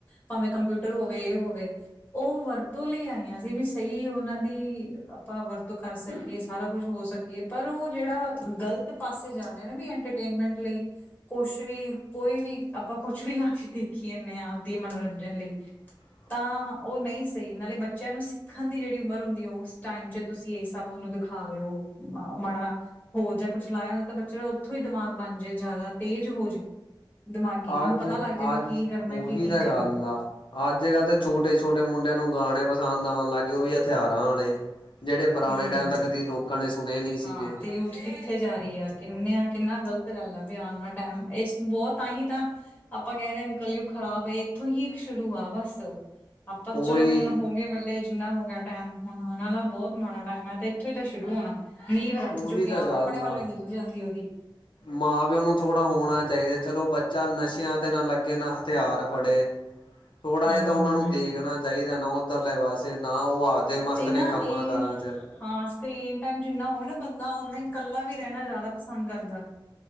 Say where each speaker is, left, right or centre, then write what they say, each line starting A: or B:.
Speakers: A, on the left; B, on the left.
A: ਭਾਵੇਂ ਕੰਪਿਊ- ਟਰ ਹੋਵੇ, ਇਹ ਹੋਵੇ ਉਹ ਵਰਤੋਂ ਲਈ ਆਈਆਂ ਸੀ, ਵੀ ਸਹੀ ਉਹਨਾਂ ਦੀ- ਆਪਾਂ ਵਰਤੋਂ ਕਰ ਸਕੀਏ, ਸਾਰਾ ਕੁਛ ਹੋ ਸਕੀਏ, ਪਰ ਉਹ ਜਿਹੜਾ ਗਲਤ ਪਾਸੇ ਜਾ ਰਿਹਾ ਨਾ ਵੀ ਐਂਟਰਟੇ- ਨਮੈਂਟ ਲਈ, ਕੁਛ ਵੀ, ਕੋਈ ਵੀ, ਆਪਾਂ ਕੁਛ ਵੀ ਲਾ ਕੇ ਦੇਖੀ ਜਾਨੇ ਆਂ, ਆਪਦੇ ਮਨੋਰੰਜਨ ਲਈ।
B: <inaudible>
A: ਤਾਂ ਉਹ ਨਹੀਂ ਸਹੀ, ਨਾਲੇ ਬੱਚਿਆਂ ਨੂੰ ਸਿੱਖਣ ਦੀ ਜਿਹੜੀ ਉਮਰ ਹੁੰਦੀ, ਓਸ ਟਾਈਮ 'ਚ- ਤੁਸੀਂ ਏ, ਸਭ ਉਹਨੂੰ ਦਿਖਾ ਰਹੇ ਔ ਮਾੜਾ ਹੋਰ ਜਾਂ, ਕੁਛ ਲਾਇਆ ਹੁੰਦਾ ਤਾਂ ਬੱਚੇ ਦਾ ਉਥੋਂ ਈ ਦਿਮਾਗ ਬਣ ਜੇ ਜ਼ਾਦਾ ਤੇਜ਼ ਹੋ ਜੇ- ਦਿਮਾਗੀ ਉਨੂੰ
B: ਅੱਜ
A: ਪਤਾ ਲੱਗ ਜਾਏ, ਵੀ
B: ਅੱਜ
A: ਕੀ ਕਰਨਾ
B: ਉਹੀ
A: ਕੀ ਨਈ
B: ਤਾਂ ਗੱਲ
A: ਕਰਨਾ।
B: ਆ। ਅੱਜ- ਕੱਲ੍ਹ ਤੇ ਛੋਟੇ- ਛੋਟੇ ਮੁੰਡਿਆਂ ਨੂੰ ਗਾਣੇ- ਗਾਣ ਲੱਗ ਗਏ, ਉਹ ਵੀ ਹਥਿਆਰਾਂ ਆਲੇ, ਜਿਹੜੇ ਪੁਰਾਣੇ
A: ਹਮ
B: ਟੈਮ ਤੇ ਕਦੀ ਲੋਕਾਂ ਨੇ ਸੁਣੇ ਨੀ ਸੀ
A: ਹਾਂ
B: ਗੇ।
A: ਤੇ ਯੂਥ ਕਿੱਥੇ ਜਾ ਰੀ ਆ, ਕਿੰਨੇ ਆ ਕਿੰਨਾ ਗ਼ਲਤ ਗੱਲ ਆ ਵੀ ਆਣ ਆਲਾ ਟੈਮ ਇਸ ਬਹੁਤ ਤਾਂਹੀ ਤਾਂ- ਆਪਾਂ ਕਹਿ ਰਹੇ ਆਂ ਵੀ, ਕਲਯੁਗ ਖਰਾਬ ਏ, ਏਥੋਂ ਈ ਸ਼ੁਰੂ ਆ ਬਸ, ਆਪਾਂ
B: ਉਹੀ
A: ਤਾਂ ਚਲੋ ਹੁਣ ਹੋ ਗਏ ਵੱਡੇ। ਜਿੰਨਾ ਹੋ ਗਿਆ ਟਾਈਮ, ਹੁਣ ਆਣ ਆਲਾ ਬਹੁਤ ਮਾੜਾ ਟਾਈਮ ਐ ਤੇ ਏਥੋਂ ਈ ਤਾਂ ਸ਼ੁਰੂ ਹੋਣਾ। ਨੀਂਵ ਰੱਖ
B: ਉਹੀ
A: ਚੁੱਕੇ
B: ਤਾਂ
A: ਆ।
B: ਗੱਲ
A: ਆਪਣੇ ਵੱਲੋਂ
B: ਆ।
A: ਈ ਨੀਂਵ ਜਾਂਦੀ ਉਹਦੀ।
B: ਮਾਂ ਪਿਓ ਨੂੰ ਥੋੜ੍ਹਾ ਹੋਣਾ ਚਾਹੀਦਾ, ਚੱਲੋ ਬੱਚਾ ਨਸ਼ਿਆਂ ਤੇ ਨਾ ਲੱਗੇ, ਨਾ ਹਥਿਆਰ ਫੜੇ। <unintelligible> ਥੋੜ੍ਹਾ
A: ਹਮ
B: ਜਿਹਾ ਤਾਂ ਉਨਾਂ ਨੂੰ ਦੇਖਣਾ ਚਾਹੀਦਾ ਨਾ, ਉਧਰਲੇ ਪਾਸੇ, ਨਾ ਉਹ ਆਪਦੇ ਮਸਤ
A: ਤੇ
B: ਨੇ
A: ਨਾ
B: ਕੰਮਾਂ
A: ਇਹ
B: ਕਾਰਾਂ ਚ।
A: ਹਾਂ, ਸਕਰੀਨ ਟਾਈਮ ਜਿੰਨਾ ਹੋਵੇ ਨਾ, ਬੰਦਾ ਉਹਨਾਂ ਈ ਇਕੱਲਾ ਵੀ ਰਹਿਣਾ ਜਿਆਦਾ ਪਸੰਦ ਕਰਦਾ।